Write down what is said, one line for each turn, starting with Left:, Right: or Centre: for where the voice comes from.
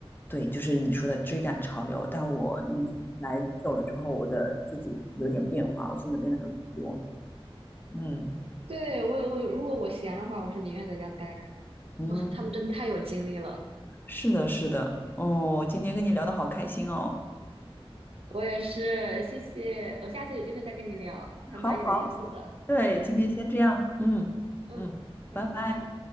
Left: 对，就是你说的追赶潮流。但我因为来久了之后，我的自己有点变化，我现在变得很佛。嗯
Right: 对，我我如果我闲的话，我是宁愿在家待着的。
Left: 嗯，
Right: 哇，他们真的太有精力了。
Left: 是的，是的。哦，今天跟你聊得好开心哦。
Right: 我也是，谢谢，我下次有机会再跟你聊，还蛮有意思的。
Left: 好好，对，今天先这样。嗯嗯，
Right: 嗯，拜拜。
Left: 拜拜。